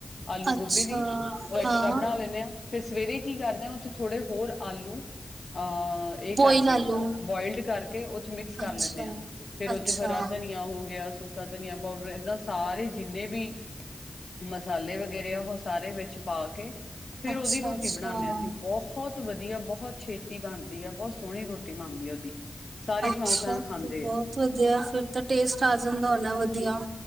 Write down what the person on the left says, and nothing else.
ਆਲੂ
ਗੋਭੀ ਦੀ ਉਹ ਐਕਸਟਰਾ
ਬਣਾ ਲੈਂਨੇ ਹਾਂ। ਫਿਰ ਸਵੇਰੇ ਕੀ ਕਰਦੇ ਆ ਉਹ ਚ ਥੋੜੇ ਹੋਰ ਆਲੂ, ਅਹ ਇਹ
ਕਰਕੇ
ਬੋਆਇਲਡ ਕਰਕੇ ਉਹ ਚ ਮਿਕਸ ਕਰ
ਲੈਂਦੇ ਹਾਂ ਫੇਰ ਉਹ
ਚ ਹਰਾ ਧਨੀਆ ਹੋ ਗਿਆ। ਧਨੀਆ ਪਾਊਡਰ ਏਦਾਂ ਸਾਰੇ ਜਿੰਨੇ ਵੀ ਮਸਾਲੇ ਵਗੈਰੇ ਆ ਉਹ ਸਾਰੇ ਵਿੱਚ ਪਾ ਕੇ ਫੇਰ
ਉਹਦੀ ਰੋਟੀ
ਬਣਾਨੇ ਆ ਅਸੀਂ ਬਹੁਤ ਵਧੀਆ ਬਹੁਤ ਛ ਛੇਤੀ ਬਣਦੀ ਆ ਬਹੁਤ ਉਹਦੀ ਸਾਰੇ
ਸ਼ੌਂਕ ਨਾਲ ਖਾਂਦੇ
ਆ